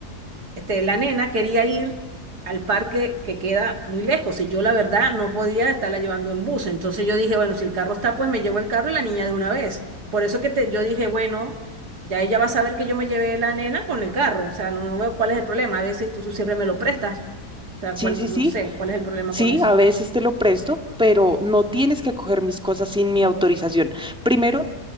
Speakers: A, on the right; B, in the centre.
A: este, la nena quería ir al parque que queda muy lejos y yo la verdad no podía estarla llevando en bus. Entonces yo dije, bueno, si el carro está, pues me llevo el carro y la niña de una vez. Por eso que te, yo dije, bueno, ya ella va a saber que yo me llevé la nena con el carro. O sea, no, no veo cuál es el problema. A veces tú, tú siempre me lo prestas. O sea,
B: Sí,
A: cuál,
B: sí, sí,
A: no sé, cuál es el problema
B: sí,
A: con eso.
B: a veces te lo presto, pero no tienes que coger mis cosas sin mi autorización. Primero,